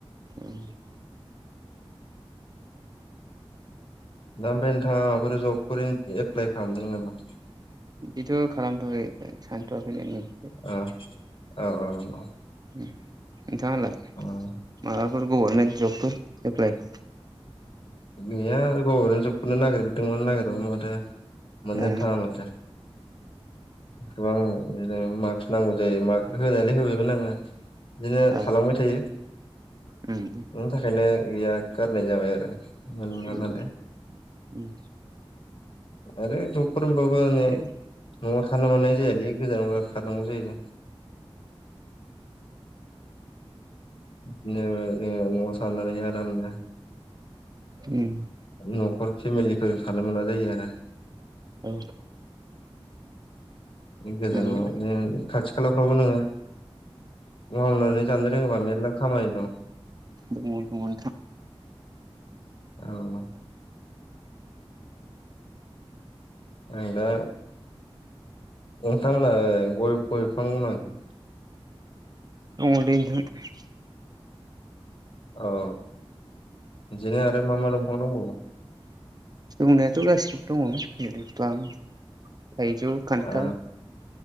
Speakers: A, on the right; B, on the left.
A: उम।
B: दा ओमफाय नोंथाङा माबाफोर जबफोर एप्लाइ खालामदों नामा?
A: बिदिथ' खालामथ'वाखै ओ सानथ'वाखैनो ओं
B: ओ औ औ औ।
A: उम नोंथाङालाय
B: औ
A: माबाफोर गभारमेन्ट जबफोर एप्लाइ।
B: गैया आरो गभरमेन्ट जबखौनो नागिर दोंमोन नागिरबाबो माथो मोननोनो
A: ओ
B: थाङा माथो। गोबां बिदिनो मास्क नांगौ जायो माक्स <unintelligible> होबायमोन आङो बिदिनो
A: औ
B: थालांबाय थायो
A: उम
B: बिनि थाखायनो गैया। गारनाय जाबाय आरो मोनला
A: उम
B: नालाय।
A: उम
B: आरो जबफोर होनबाबो आंङो।
A: दे
B: न'आव खारनो मोननाय जायालै गोजानाव खारनांगौ जायो। बिदिनो जोङो न'आव साननानै आरामनो।
A: उम
B: न'खर फेमिलिफोरजों थानो मोना जायो आरो।
A: औ।
B: गोजानाव
A: मोनगोन
B: बि खाथि खालाफ्रावबो नोङो। मावनानै जानो रोङोबा मेर्ला खामानि दं।
A: दङ दङ नोंथां।
B: औ। आं दा नोंथांमोनहा गय गय बिफां दंना गैया।
A: दङ लै नोंथां।
B: औ बिदिनो आरो मा मा दंफां दंबावो।
A: दंनायाथ' गासिबो दङ <unintelligible> थायजौ खान्थाल
B: ओ